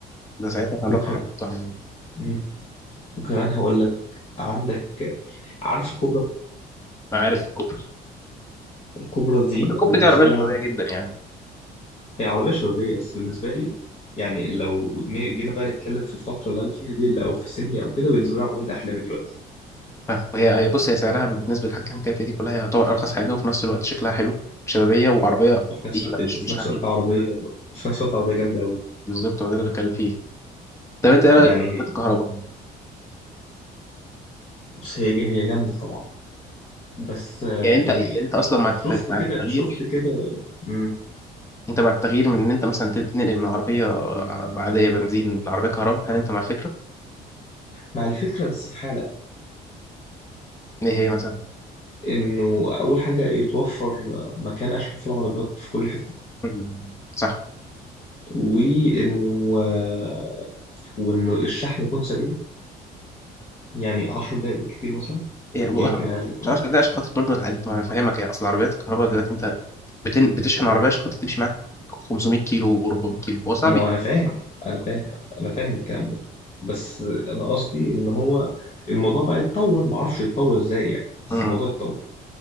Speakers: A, on the left (about 15°); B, on the left (about 35°).
A: ده ساعتها كان
B: وكم
A: رقم تحفه
B: مم. وكمان هقول لك عندك عارف الكوبرا
A: ما عارف الكوبري
B: الكوبرا دي
A: الكوبري
B: بالنسبة
A: دي عربيه شبابيه
B: لي بقى
A: جدا يعني
B: هي عربية شبابية بس بالنسبة لي يعني لو ن- جينا بقى نتكلم في الفترة اللي أنا فيها دي اللي- أو في سني أو كده بالنسبة لي عربية أحلامي دلوقتي
A: فاهم. وهي هي بص هي سعرها بالنسبه للحاجات اللي انت فيها دي كلها هي يعتبر ارخص حاجه وفي نفس الوقت شكلها حلو وشبابيه وعربيه
B: وفي نفس
A: تقيله
B: الوقت
A: مش
B: وفي
A: مش
B: نفس
A: خفيفه
B: الوقت عربية وفي نفس الوقت عربية جامدة أوي
A: بالظبط هو ده اللي بتكلم فيه طب انت ايه
B: يعني
A: رايك في عربيات
B: هي
A: الكهرباء؟
B: بص هي هي جامدة طبعا بس آه،
A: يعني انت
B: يعني
A: انت اصلا مع
B: شفت
A: الت- مع
B: كده
A: التغيير
B: شفت كده مم،
A: انت مع التغيير من ان انت مثلا تنقل من عربيه عاديه بنزين لعربيه كهرباء هل انت مع الفكره؟
B: مع الفكرة بس في حالة
A: ايه هي مثلا؟
B: إنه أول حاجة يتوفر مكان أشحن فيه العربيات في كل حتة
A: مم. صح
B: وإنه آه، وإنه الشحن يكون سريع يعني 10 دقايق بالكتير مثلا
A: هي ابو
B: يمكن
A: كهرباء
B: أقل كمان
A: مش عارف لا عشان خاطر برضه الحاجات- ما انا فاهمك هي اصل عربيات الكهرباء دلوقتي انت بتن... بتشحن عربيه عشان خاطر تمشي معاك 500 كيلو و400 كيلو هو صعب
B: ما
A: يجيب.
B: انا فاهم انا فاهم انا فاهم الكلام ده بس انا قصدي ان هو الموضوع بقى يتطور ما اعرفش يتطور ازاي يعني بس
A: مم.
B: الموضوع يتطور